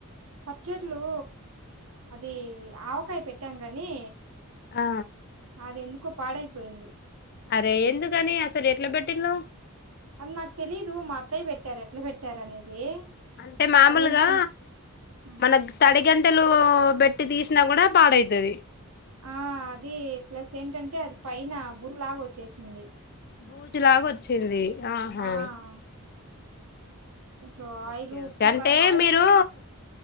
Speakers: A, on the right (about 75°); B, on the left (about 45°).
A: పచ్చట్లు అది ఆవకాయ పెట్టాం గాని
B: ఆ
A: అది ఎందుకో పాడైపోయింది
B: అరే ఎందుకని అసలు ఎట్లా పెట్టిళ్ళు
A: అది నాకు తెలీదు మా అత్తయ్య పెట్టారు ఎట్లా పెట్టారు అనేది
B: అంటే మామూలుగా
A: అదేంటంటే హ్మ్
B: మన తడిగం తలు బేట్టి తీసిన కూడా పాడైతది
A: ఆ అది ప్లస్ ఏంటంటే అది పైన బురలాగ వచ్చేసింది
B: బూజులాగ వచ్చింది ఆహా
A: ఆ సో
B: ఓకే
A: ఆయిల్ ఉప్పు
B: ఓకే అంటే
A: కారం ఆయిల్
B: మీరు
A: అంతా కూడా